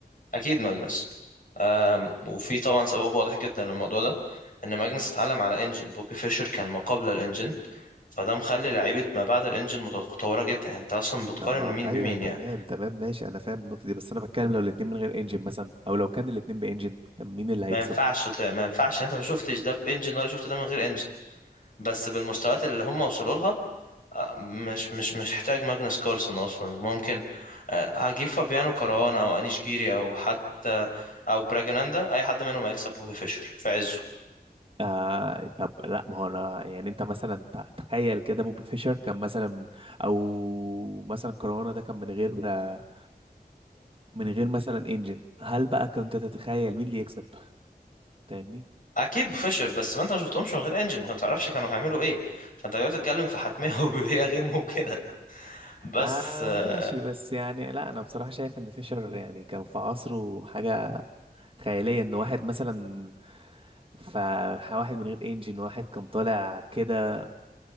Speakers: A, on the left; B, on the right.
A: اكيد ماجنس أم، وفي طبعا سبب واضح جدا للموضوع ده ان ماجنس اتعلم على انجن بوبي فيشر كان ما قبل الانجن فده مخلي لعيبه ما بعد الانجن متطوره جدا يعني انت اصلا بتقارن
B: طب ما
A: مين
B: ايوه
A: بمين
B: تمام
A: يعني
B: تمام ماشي انا فاهم النقطة دي بس انا بتكلم لو الاتنين من غير انجن مثلا او لو كان الاتنين بانجن كان مين اللي هيكسب؟
A: ما ينفعش ت- ما ينفعش يعني انت ما شفتش ده بانجن ولا شفت ده من غير انجن بس بالمستويات اللي هم وصلوا لها أه، مش مش مش محتاج ماجنس كارسون اصلا ممكن أه، هجيب فابيانو كاروانا او انيش جيري او حتى او براجناندا اي حد منهم هيكسب بوبي فيشر في عزه
B: آه طب لا ما هو انا يعني انت مثلا ت- تخيل كده بوبي فيشر كان مثلا او مثلا كورونا ده كان من غير آه، من غير مثلا انجن هل بقى كنت تتخيل مين اللي يكسب فاهمني
A: اكيد بفشر بس ما انت ما شفتهمش من غير انجن ما تعرفش كانوا هيعملوا ايه فانت جاي بتتكلم في حتميه <laughs> وجوديه غير ممكنه بس
B: آه
A: آه،
B: ماشي بس يعني لا انا بصراحة شايف ان فيشر يعني كان في عصره حاجة خيالية ان واحد مثلا فواحد من غير انجن واحد كان طالع كده